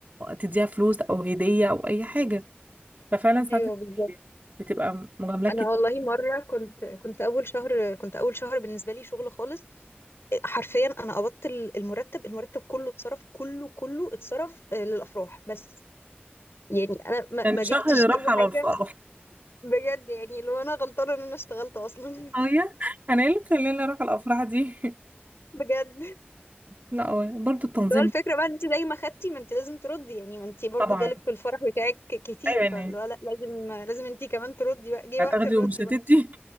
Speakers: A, on the right (about 45°); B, on the left (about 80°).
A: تديها فلوس او هديه او اي حاجه ففعلا ساعات
B: ايوه بالظبط
A: بتبقى مجاملات
B: انا
A: كتير
B: والله مره كنت كنت اول شهر كنت اول شهر بالنسبه لي شغل خالص حرفيا انا قبضت ال- المرتب المرتب كله اتصرف كله كله اتصرف آه، للافراح بس يعني انا ما
A: يعني
B: ما
A: شهر
B: جبتش
A: راح
B: اي
A: على
B: حاجه
A: الفرح
B: بجد يعني لو انا غلطانه ان انا اشتغلت اصلا
A: اه يا انا ايه اللي خلاني اروح الافراح دي <laughs>
B: <laughs> بجد
A: لا هو برضو التنظيم
B: لو الفكره بقى إن انت زي ما خدتي ما انت لازم تردي يعني ما انت برضو
A: طبعا
B: جالك في الفرح بتاعك كتير
A: ايوه يعني
B: فلو لا لازم لازم انت كمان تردي بقى جه
A: هتاخدي
B: وقت الرد
A: ومش
B: بقى
A: هتدي